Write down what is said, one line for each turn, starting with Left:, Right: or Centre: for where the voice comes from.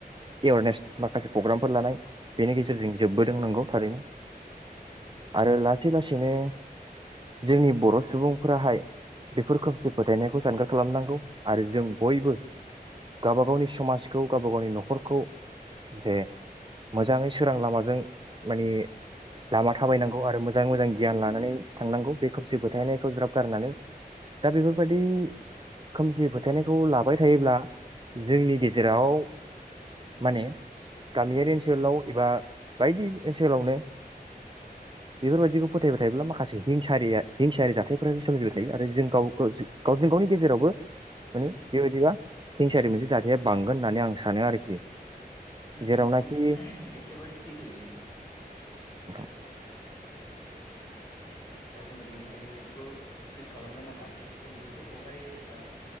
Right: एवारनेस माखासे प्रग्रामफोर लानाय बेनि गेजे जेरजों जोबबोदों
Left: औ
Right: नंगौ
Left: नोंथां
Right: थारैनो
Left: नंगौ
Right: आरो ला थेलासेनो जोंनि बर' सुबुंफोराहाय बेफोरखौ फोथायनायखौ जानगार खालामनांगौ आरो जों बयबो गावबा गावनि समाजखौ गावबा गावनि न'खरखौ जे मोजाङै सोरां लामाजों माने लामा थाबायनांगौ आरो मोजाङै मोजां गियान लानानै थांनांगौ बेखौ जोबोद फोथायनायखौ ज्राब गारनानै दा बेफोरबायदि खोमसि फोथायनायखौ लाबाय थायोब्ला जोंनि गेजेराव माने गामियारि ओनसोलाव एबा बायदि ओनसोलावनो बेफोरबायदिखौ फोथायबाय थायोब्ला माखासे हिंसारिया हिंसायारि जाथायफोराो सोमजिबाय थायो आरो जों गाव गावजों गावनि गेजेरावबो माने बेबायदिबा हिंसायारि मोनसे जाथाया बांगोन होननानै आं सानो आरोखि
Left: नंगौ
Right: जेरावनाखि
Left: नोंथां एखेबारे सैथो बियो।
Right: उ
Left: दा जोङो बेनिखायनो बेफोरखौ सिप्रिड खालामनो नाङा जों बेफोरखौहाय ओ